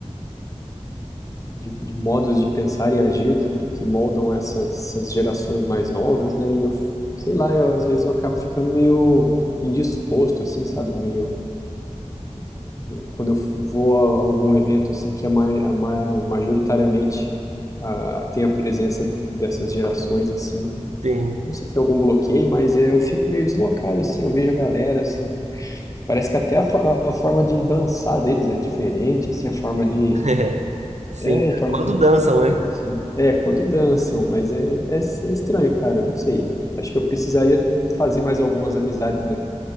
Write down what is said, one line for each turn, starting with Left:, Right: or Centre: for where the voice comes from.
Left: de, de modos de pensar e agir que, que moldam essas, essas gerações mais novas, né, e eu, sei lá, eu, às vezes eu acabo ficando meio indisposto, assim, sabe, meio quando eu vou a algum evento assim que é mai, a ma- majoritariamente ah, tem a presença dessas gerações assim,
Right: Tem.
Left: não sei se é algum bloqueio, mas eu fico meio deslocado assim, eu vejo a galera assim, parece que até a, for- a forma de dançar deles é diferente, assim, a forma de
Right: <laughs> Sim.
Left: é, a forma
Right: Quando
Left: de
Right: dançam, né?
Left: tudo assim. É, quando dançam, mas é, é, é estranho, cara, não sei. Acho que eu precisaria fazer mais algumas amizades né,